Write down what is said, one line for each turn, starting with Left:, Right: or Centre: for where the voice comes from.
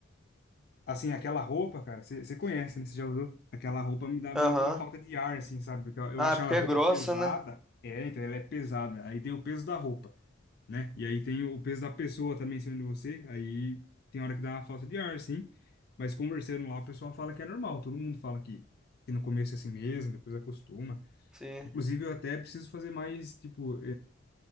Left: Assim, aquela roupa, cara, você você conhece, né? Você já usou? Aquela roupa me dá
Centre: Aham.
Left: meio que uma falta de ar, assim, sabe? Porque eu, eu
Centre: Ah,
Left: acho
Centre: porque
Left: a
Centre: é
Left: roupa
Centre: grossa,
Left: pesada.
Centre: né?
Left: É, então ela é pesada. Aí tem o peso da roupa, né? E aí tem o peso da pessoa também em cima de você. Aí tem hora que dá uma falta de ar, sim. Mas conversando lá, o pessoal fala que é normal. Todo mundo fala que, que no começo é assim mesmo, depois acostuma.
Centre: Sim.
Left: Inclusive, eu até preciso fazer mais, tipo.